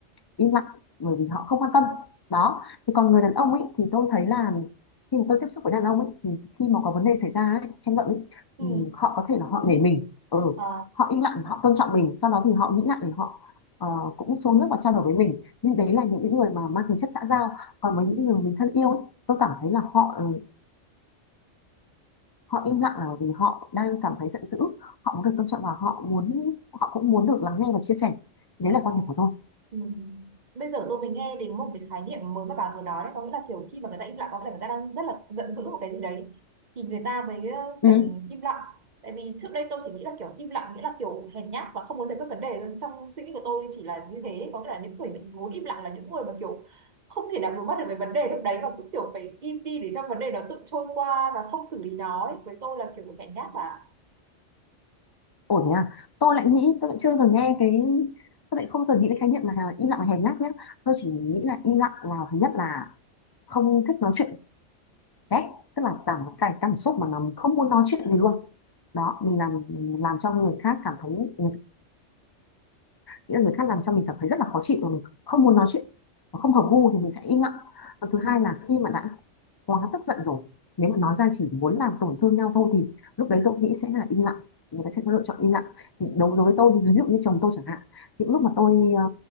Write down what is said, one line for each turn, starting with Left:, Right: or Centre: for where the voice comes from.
Left: im lặng bởi vì họ không quan tâm đó thì còn người đàn ông ấy thì tôi thấy là khi mà tôi tiếp xúc với đàn ông ấy thì khi mà có vấn đề xảy ra ấy, tranh luận ấy
Right: ừ
Left: ừm, họ có thể là họ nể mình ừ,
Right: ờ
Left: họ im lặng họ tôn trọng mình sau đó thì họ nghĩ lại thì họ ờ, cũng xuống nước và trao đổi với mình nhưng đấy là những những người mà mang tính chất xã giao còn với
Right: ừ
Left: những người mà mình thân yêu ấy, tôi cảm thấy là họ ừ, họ im lặng là bởi vì họ đang cảm thấy giận dữ họ muốn được tôn trọng và họ muốn họ cũng muốn được lắng nghe và chia sẻ thì
Right: ờ
Left: đấy là quan điểm của tôi
Right: Ừ. Bây giờ tôi mới nghe đến một cái khái niệm mới mà bà vừa nói đấy có nghĩa là kiểu khi mà người ta im lặng có nghĩa là người ta đang rất là giận dữ một cái gì đấy thì người ta mới ờ,
Left: ừ,
Right: cần im lặng tại vì trước đây tôi chỉ nghĩ là kiểu im lặng nghĩa là kiểu hèn nhát và không muốn giải quyết vấn đề trong suy nghĩ của tôi chỉ là như thế có nghĩa là những người mình muốn im lặng là những người mà kiểu không thể nào đối mặt được với vấn đề lúc đấy và cũng kiểu phải im đi để cho vấn đề nó tự trôi qua và không xử lý nó ấy. với tôi là kiểu hèn nhát và
Left: ổn thế à tôi lại nghĩ tôi lại chưa từng nghe cái tôi lại không từng nghĩ cái khái niệm là im lặng là hèn nhát nhé tôi chỉ nghĩ là im lặng là thứ nhất là không thích nói chuyện ghét tức là cảm cái cảm xúc mà nó không muốn nói chuyện gì luôn đó mình làm làm cho người khác cảm thấy mình- nghĩa là người khác làm cho mình cảm thấy rất là khó chịu và mình không muốn nói chuyện và không hợp gu thì mình sẽ im lặng và thứ
Right: ừ,
Left: hai là khi mà đã quá tức giận rồi nếu mà nói ra chỉ muốn làm tổn thương nhau thôi thì lúc đấy tôi nghĩ sẽ là im lặng người ta sẽ có lựa chọn im lặng thì đối đối với tôi ví dụ như chồng tôi chẳng hạn những lúc mà tôi ờ,